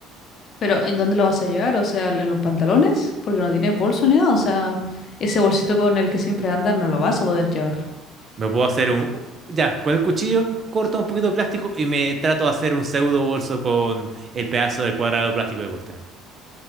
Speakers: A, on the left; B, on the right.
A: Pero ¿en dónde lo vas a llevar? O sea, ¿en los pantalones? Porque no tienes bolso ni nada. O sea, ese bolsito con el que siempre andas no lo vas a poder llevar.
B: Me puedo hacer un... Ya, con el cuchillo corto un poquito de plástico y me trato de hacer un pseudo bolso con el pedazo del cuadrado de plástico que corté.